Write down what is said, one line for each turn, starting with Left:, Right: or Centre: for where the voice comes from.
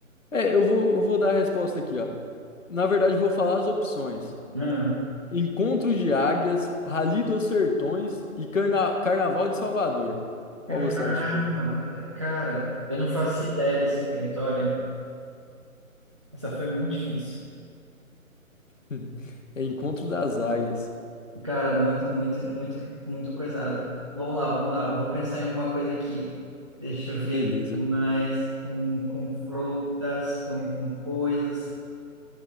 Left: É, eu vou, eu vou dar a resposta aqui, ó. Na verdade, eu vou falar as opções.
Right: Ah.
Left: Encontro de Águias, Rally dos Sertões e Carna- Carnaval de Salvador. Qual
Right: Caramba,
Left: você acha que
Right: cara, eu não fazia ideia desse evento, olha, essa foi muito difícil.
Left: é? <laughs> É Encontro das Águias.
Right: Cara, muito, muito, muito, muito coisada. Vamos lá, vamos lá, eu vou pensar em alguma coisa aqui. Deixa eu ver
Left: Beleza.
Right: mais com, com frutas, com, com coisas.